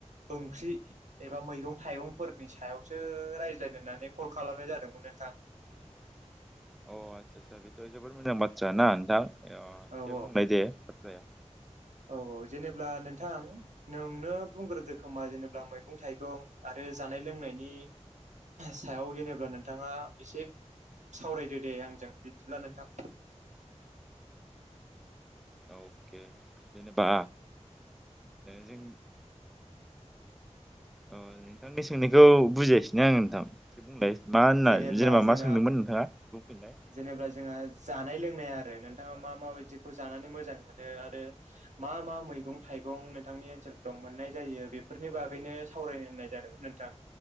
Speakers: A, on the right; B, in the centre.
A: ओंख्रि एबा मैगं थाइगंफोरनि सायावसो रायज्लायनो होननानै कल खालामनाय जादोंमोन। थां
B: <inaudible> अ आस्सा आस्सा बेथ' जोबोद मोजां बाथ्रा ना नोंथां एसे
A: औ
B: दे
A: औ
B: बुंबाय दे बाथ्राया
A: औ औ जेनेब्ला नोंथां नोंनो बुंग्रोदो खोमा जेनेबा मैगं थाइगं आरो जानाय लोंनायनि सायाव जेनेबा नोंथाङा एसे सावरायदो दे आंजों बिदिब्ला नोंथां
B: अके जेनेबा जों अ नोंथांनि सोंनायखौ बुजियासैनो आङो नोंथां बुंलाय मा होनना
A: जेनेब्ला
B: जेनेबा
A: जोंहा
B: मा सोंदोंमोन नोंथाङा बुंफिनलाय
A: जेनेबा जोंहा जानाय लोंनाय आरो नोंथाङा मा मा बायदिखौ जानानै मोजां मोनो आरो मा मा मैगं थाइगं नोंथांनि ओनसोल फ्राव मोननाय जायो बेफोरनि बागैनो सावरायनाय जादोंमोन नोंथां